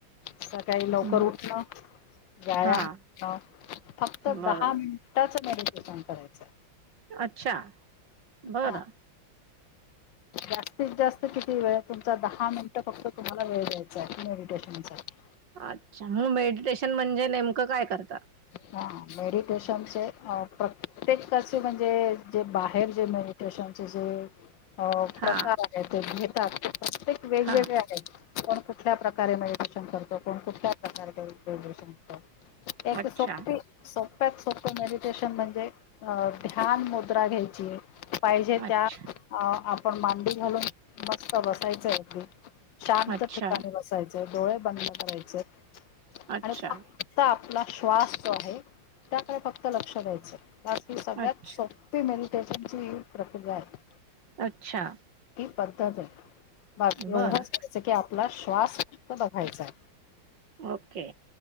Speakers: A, on the left; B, on the right.
A: सकाळी लवकर
B: मग
A: उठणं. व्यायाम
B: हां
A: हा फक्त
B: बरोबर
A: दहा मिनि टाच मेडिटेशन करायचंय.
B: अच्छा बरं
A: हा जास्तीत जास्त किती वेळ तुमचा दहा मिनटं फक्त तुम्हाला वेळ द्यायचा आहे मेडिटेशनसाठी
B: अच्छा मग मेडिटेशन म्हणजे नेमकं काय करता.
A: हा मेडिटेशनचे प्रत्येकचे म्हणजे जे बाहेर जे मेड देशांचे जे अ प्रकार
B: हां
A: आहे ते घेतात ते प्रत्येक वेगवेगळे
B: हां
A: आहेत. कोण कुठल्या प्रकारे मेडिटेशन करतो कोण कुठल्या प्रकारे मेडटेशन करतो. एक
B: अच्छा
A: सक्ती सोपप्यात सोपपं मेडिटेशन म्हणजे अ ध्यान मुद्रा घ्यायची. पाहिजे
B: अच्छा
A: त्या आपण मांडी घालून मस्त बसायचय अगदी शांत
B: अच्छा
A: ठिकाणी बसायचे डोळे बंद करायचे
B: अच्छा
A: आणि फक्त आप आपला श्वास जो आहे त्याकडे फक्त लक्ष द्यायचय बाकी सगळ्यात
B: अच्छा
A: सोप मेडिटेशनची ही प्रक्रिया आहे.
B: अच्छा
A: ही पद्धत आहे बाकी एवढाच
B: बरं
A: करांयच की आप आपला श्वासत फक्त बघायचाय.
B: ओके